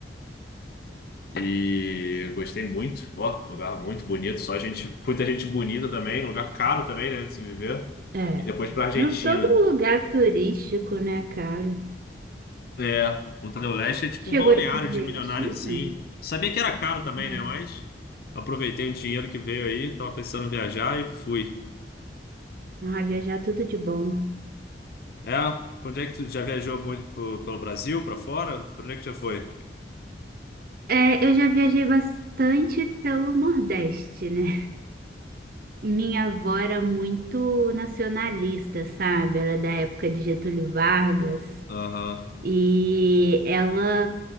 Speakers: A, on the left; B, on the right.
A: e gostei muito. Ó, lugar muito bonito, só gente, muita gente bonita também, lugar caro também, né, de se viver.
B: É.
A: E depois pra Argentina.
B: Não, Todo lugar turístico, né, caro?
A: É, Ultra Leste é tipo
B: Chegou
A: um balneário
B: aí na Argentina?
A: de milionáriozinho. Sabia que era caro também,
B: Ah,
A: né? Mas aproveitei o dinheiro que veio aí, tava pensando em viajar e fui.
B: ah, viajar tudo de bom.
A: É, onde é que tu já viajou muito pro- pelo Brasil, pra fora? Pra onde é que já foi?
B: É, eu já viajei bastante pelo Nordeste, né? Minha avó era muito nacionalista, sabe? Ela é da época de Getúlio Vargas
A: Aham.
B: e ela